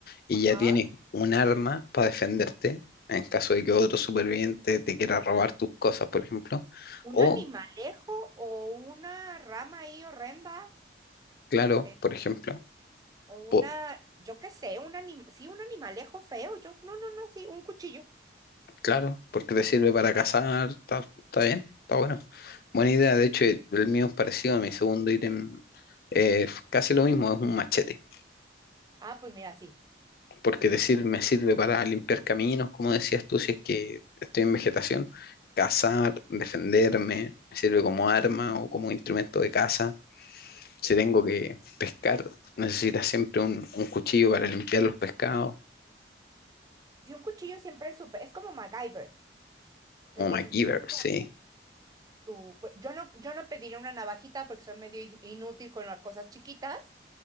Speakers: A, on the left; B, on the right.
A: y
B: Ajá.
A: ya tienes un arma para defenderte en caso de que otro superviviente te quiera robar tus cosas, por ejemplo. O,
B: Un animalejo o una rama ahí horrenda.
A: claro,
B: te-
A: por ejemplo,
B: o una,
A: po-
B: yo qué sé, un anim, sí, un animalejo feo. Yo, no, no, no, sí, un cuchillo.
A: claro, porque te sirve para cazar, está está bien, está bueno. Buena idea, de hecho, el mío es parecido a mi segundo ítem, eh, casi lo mismo, es un machete.
B: Ah, pues mira, sí.
A: Porque te sir- me sirve para limpiar caminos, como decías tú, si es que estoy en vegetación, cazar, defenderme, me sirve como arma o como instrumento de caza. si tengo que pescar, necesitas siempre un, un cuchillo para limpiar los pescados,
B: Sí, un cuchillo siempre es súper, es como MacGyver. O
A: como
B: sea, necesitas
A: MacGyver,
B: tu,
A: sí,
B: tu, bu- yo no, yo no pediría una navajita porque soy medio in- inútil con las cosas chiquitas.